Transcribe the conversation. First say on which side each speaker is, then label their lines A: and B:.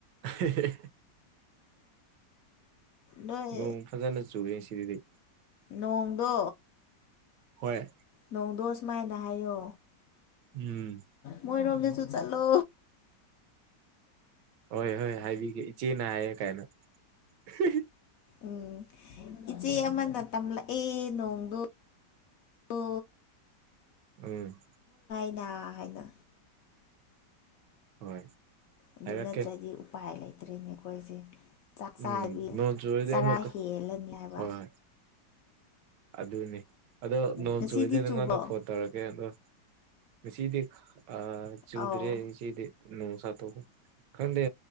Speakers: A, on the right (about 75°); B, on the left (about 70°).
A: ꯑꯍꯦ ꯍꯦ ꯍꯦ
B: ꯅꯣꯏ
A: ꯅꯣꯡ ꯐꯖꯅ ꯆꯨꯏꯌꯦ ꯁꯤꯗꯗꯤ
B: ꯅꯣꯡꯗꯣ
A: ꯍꯣꯏ
B: ꯅꯣꯡꯗꯣ ꯁꯨꯃꯥꯏꯅ ꯍꯥꯏꯌꯣ
A: ꯎꯝ
B: ꯃꯣꯏꯔꯣꯝꯗ ꯖꯨ ꯆꯠꯂꯣ
A: ꯍꯣꯏ ꯍꯣꯏ ꯍꯥꯏꯕꯤꯒꯦ ꯏꯆꯦꯅ ꯍꯥꯏꯌꯦ ꯀꯥꯏꯅ ꯍꯤ ꯍꯤ
B: ꯎꯝ ꯏꯆꯦ ꯑꯃꯅ ꯇꯝꯂꯛꯑꯦ ꯅꯣꯡꯗꯣ ꯗꯣ
A: ꯎꯝ
B: ꯅꯥ ꯍꯥꯏꯅ
A: ꯍꯣꯏ
B: ꯑꯗꯨ
A: ꯍꯥꯏꯔꯛꯀꯦ
B: ꯅꯠꯇ꯭ꯔꯗꯤ ꯎꯄꯥꯏ ꯂꯩꯇ꯭ꯔꯦꯅꯦ ꯈꯣꯏꯖꯦ ꯆꯥꯛ
A: ꯎꯝ
B: ꯆꯥꯕꯤ
A: ꯅꯣꯡ ꯆꯨꯔꯗꯤ
B: ꯆꯔꯥ
A: ꯑꯃꯨꯛꯀ
B: ꯍꯦꯜꯂꯅꯤ ꯍꯥꯏꯕꯥ
A: ꯍꯣꯏ ꯍꯣꯏ ꯑꯗꯨꯅꯦ ꯑꯗꯣ ꯅꯣꯡ
B: ꯉꯁꯤꯗꯤ
A: ꯆꯨꯔꯗꯤ ꯅꯪꯉꯣꯟꯗ
B: ꯆꯨꯕ꯭ꯔꯣ
A: ꯐꯣꯟ ꯇꯧꯔꯛꯀꯦ ꯑꯗꯣ ꯉꯁꯤꯗꯤ ꯑꯥ ꯆꯨꯗ꯭ꯔꯦ
B: ꯑꯧ
A: ꯏꯆꯦꯗꯤ ꯅꯣꯡ ꯇꯥꯊꯣꯛꯀꯣ ꯈꯪꯗꯦ